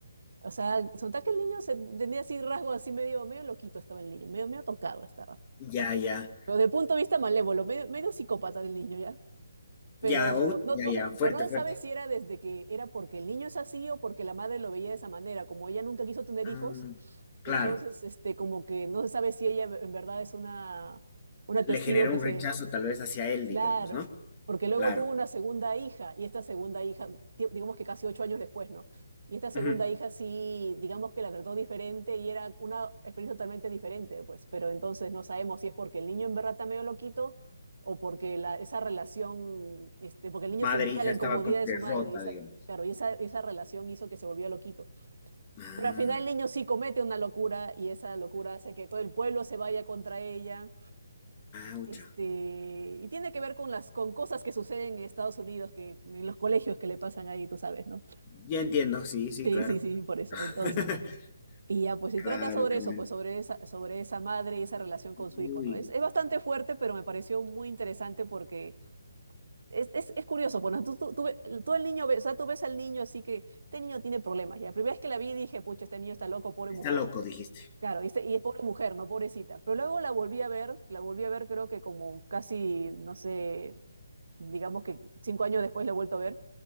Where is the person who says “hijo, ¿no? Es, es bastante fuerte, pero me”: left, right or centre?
Right